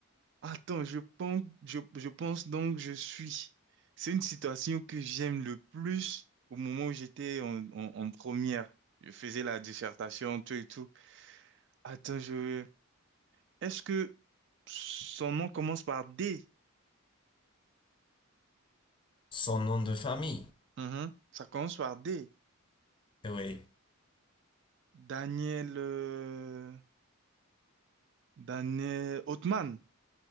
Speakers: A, on the right; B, on the left.
A: attends, je pense, je, je pense donc je suis. C'est une citation que j'aime le plus au moment où j'étais en, en, en première. Je faisais la dissertation, tout et tout. Attends, je... Est-ce que son nom commence par D?
B: Son nom de famille.
A: Mhm, Ça commence par D.
B: Eh Oui.
A: Daniel... euh, Daniel Othman.